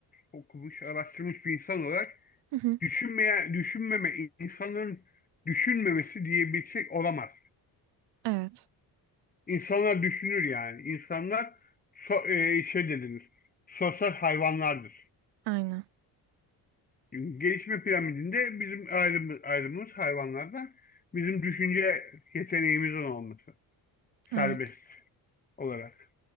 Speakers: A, on the left (about 20°); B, on the right (about 85°).
A: okumuş, araştırmış bir insan olarak
B: Hı hı.
A: düşünmeye, düşünmeme, insanların düşünmemesi diye bir şey olamaz.
B: Evet.
A: İnsanlar düşünür yani. İnsanlar so e, şey dediğimiz sosyal hayvanlardır.
B: Aynen.
A: Gelişme piramidinde bizim ayrımımız, ayrımımız hayvanlardan bizim düşünce yeteneğimizin olması serbest
B: Evet.
A: olarak.